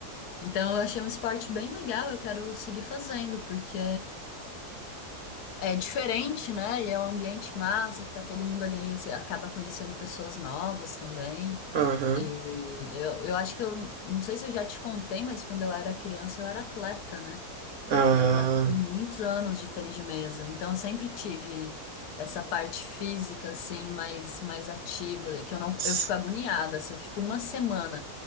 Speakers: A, on the left (about 75°); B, on the right (about 60°).
A: Então eu achei um esporte bem legal, eu quero seguir fazendo, porque é diferente, né? E é um ambiente massa, que tá todo mundo ali, você acaba conhecendo pessoas novas também.
B: aham,
A: E eu, eu acho que eu não sei se eu já te contei, mas quando eu era criança eu era atleta, né?
B: ah,
A: Eu fui atleta por muitos anos de tênis de mesa, então eu sempre tive essa parte física assim mais mais ativa, que eu não
B: s-
A: eu fico agoniada, se eu fico uma semana